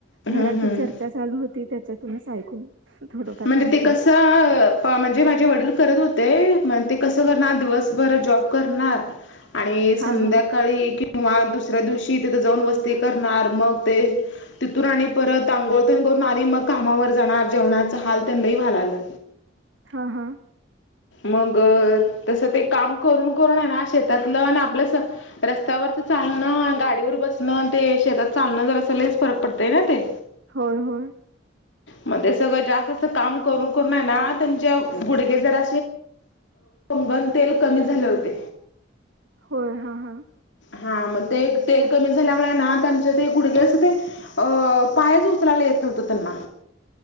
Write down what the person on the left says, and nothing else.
हम्म
हम्म
म्हणजे
ते कसं, म्हणजे माझे वडील करत होते मण ते कसं करणार दिवसभर जॉब करणार, आणि संध्याकाळी
किंवा दुसऱ्या दिवशी तिथं जाऊन वस्ती करणार मग ते, तिथून आणि परत आांघोळतगोळ मा मग कामावर जाणार जेवणाच हाल त्यांनाही वलालं,
मग तस ते काम करून करून आहे ना शेतातलं आणि आपलं रस्त्यावर तर चालणं गाडीवर बसणं ते शेतात चालणं जर असलच फरक पडतय ना ते,
मग ते सगळं जास्त अस काम करून करून आहे ना त्यांच्या गुडगे जर ंगण तेल कमी झाले होते.
हा मग ते तेल कमी झाल्यामुळे ना त्यांचे ते कुडगे अस ते, अ पायाच उचलायला येत होत त्यांना,